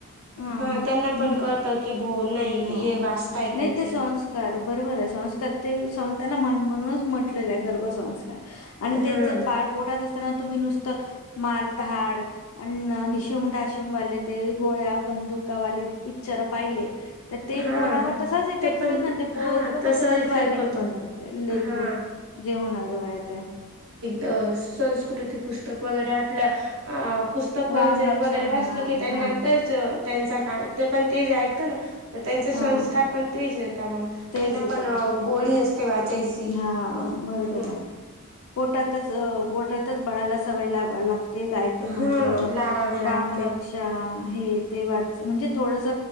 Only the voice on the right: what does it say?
हा त्यांना पण
कळत की. भो नाही
हे वाचताय
काहीतरी
हां
हां
ते पण
हां तसा
इफेक्ट
होतो
हा
त संस्कृती पुस्तक वगैरे आपल्या आ. पुस्तक वग
वगैरे
वाचलं की, त्यांना
तेच. त्यांच काय ते पण तेज ऐका ना त्यांचे
संस्कार पण तेज आहेत. त्यामुळे
त्यांना
पण गोडी असते वाचायची
अ
म.
हा
लावावे लागते